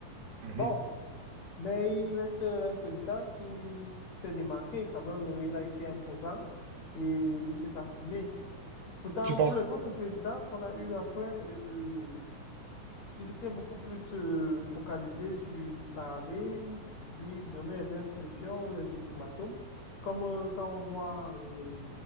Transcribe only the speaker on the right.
Mhm.
Tu penses?